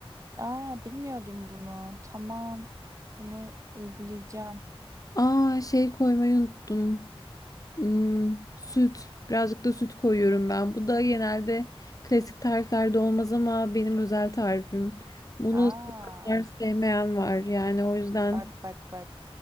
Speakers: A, on the right; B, on the left.
A: aa bilmiyordum bunu. Tamam. Bunu uygulayacağım.
B: Aa şey koymayı unuttum. Hmm, süt. Birazcık da süt koyuyorum ben. Bu da genelde klasik tariflerde olmaz ama benim özel tarifim. Bunu
A: Aa,
B: sevenler sevmeyen var. Yani o yüzden
A: bak bak bak.